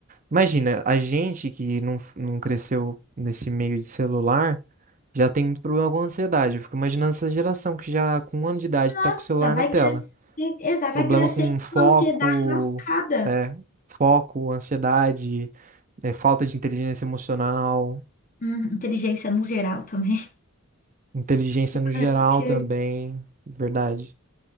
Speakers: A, on the right; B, on the left.
A: Imagina, a gente que não, f- não cresceu nesse meio de celular já tem muito problema com ansiedade. Eu fico imaginando essa geração que já com um ano de idade
B: Nossa,
A: tá com o celular
B: vai
A: na tela.
B: crescer, exato,
A: problema
B: vai crescer
A: com
B: com
A: foco,
B: uma ansiedade lascada.
A: é, foco, ansiedade, é, falta de inteligência emocional,
B: Hum, inteligência no geral também. <laughs>
A: inteligência no geral
B: É Porque,
A: também, verdade.